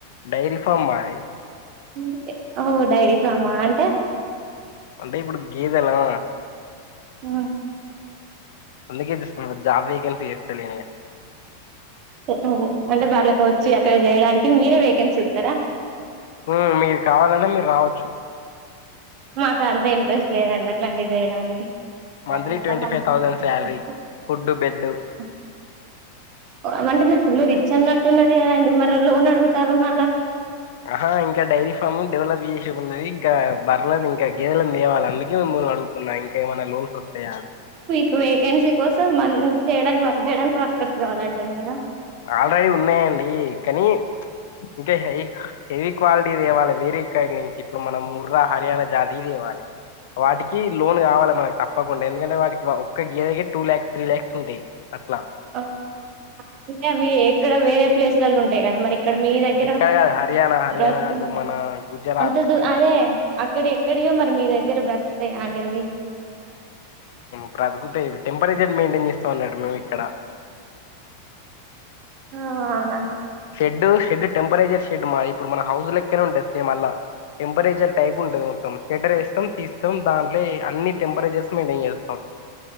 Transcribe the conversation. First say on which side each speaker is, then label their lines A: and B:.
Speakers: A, on the left; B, on the right.
A: డైరి ఫామ్ మాది
B: ఇందుకే ఓ డైరీ ఫామ్ ఆ అంటే
A: అంటే ఇపుడు గేదె లా
B: ఉమ్
A: అందుకేదేస్సన్ జాబ్ వేకన్సి ఎస్తాలెన్ ఇగ
B: ఏ ఓ అంటే బర్లేకోవొచ్చి అక్కడ జేయడానికి మీరే వేకెన్సీ ఇత్తరా
A: ఉమ్ మీ కావాలంటే మీర్ రావ్వొచ్చు
B: మాక్ అంత ఇంట్రెస్ట్ లేదండి అట్లాంటి జేయ్ డానికి సర్
A: మంత్లీ
B: లేతే
A: ట్వంటీ
B: మంచి
A: ఫైవ్ థౌసండ్
B: హ్
A: శాలరీ
B: హ్
A: ఫుడ్ బెడ్
B: ఓ వంటే మీర్ మీర్ రిచ్ అన్నట్టున్నది కదండి మరి లోన్ అడుగూతాలు మళ్ళా
A: ఆహా ఇంకా డైరీ ఫామ్ డెవలప్ జేసే ఉన్నది ఇంకా బర్లని ఇంకేగ్ గేదెలన్ దేవాల అందుకే మిమ్మల్ అడుగూతున్నా ఇంకా ఏమైనా లోన్స్ ఓస్తయా అని
B: తూ వేకెన్సీ కోసం మన్ చేయ్ డానికి వర్గ్ జేయ్ డానికి వర్కర్స్ గావాలంటున్నారా
A: ఆల్రెడీ ఉన్నాయండి కానీ ప్చ్ ఇంకా హెక్ హెవీ క్వాలిటీదేవాలా వేరే కైడ్ నుంచి ఇప్పుడు మనం ముర్రా హర్యానా జాతిదేవాలి వాటికి లోన్ గావాలే మనకి తప్పకుండా ఎందుకంటే వాటికి వావ్ ఒక గేదెకే టూ ల్యాక్స్ త్రి ల్యాక్స్ ఉంటాయ్ అట్లా
B: ఆ హ విటవి ఎక్కడ వేరే ప్లేస్లలో ఉంటాయ్ కదా మరి ఇక్కడ మీ దగ్గర
A: ఇక్కడ కాదు హర్యానా హర్యానా
B: బ్రతుకు
A: అటు మన గుజరాత్
B: అంత దూ అదే అక్కడేక్కడియ మరి మీ దగ్గర బ్రతుకుతయ అందరివి
A: బ్రతుకుతాయి టెంపరేచర్ మెయింటైన్ చేస్తామంనట్టు మేము ఇక్కడ
B: ఆవ్నా
A: షెడ్ షెడ్ టెంపరేచర్ షెడ్ మా ఇప్పుడు మన హౌజ్ లక్కనే ఉంటుంది సేమ్ అలా టెంపరేజర్ టైప్ ఉంటది మొత్తం షెడర్ వేస్తాం తీస్తాం దాంట్లో అన్ని టెంపరేచర్స్ మెయింటైన్ చేస్తాం